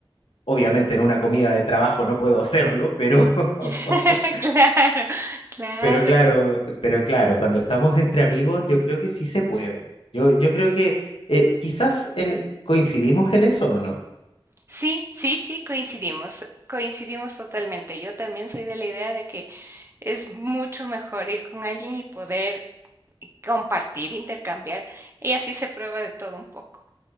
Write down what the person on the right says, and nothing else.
<laughs> Claro, claro.
Sí, sí, sí, coincidimos, coincidimos totalmente. Yo también soy de la idea de que es mucho mejor ir con alguien y poder compartir, intercambiar, y así se prueba de todo un poco.